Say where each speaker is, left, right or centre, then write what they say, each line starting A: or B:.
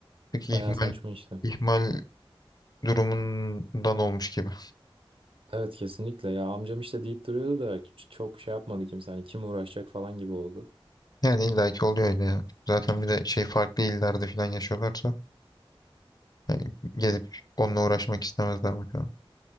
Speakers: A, on the left; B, on the right.
A: peki
B: Bayağı
A: ihmal
B: saçma işte.
A: ihmal durumundan olmuş gibi.
B: Evet kesinlikle ya. Amcam işte deyip duruyordu da hiç çok şey yapmadı kimse. Hani kim uğraşacak falan gibi oldu.
A: Yani illaki oluyor öyle ya. Zaten bir de şey farklı illerde falan yaşıyorlarsa yani gelip onunla uğraşmak istemezler bakalım.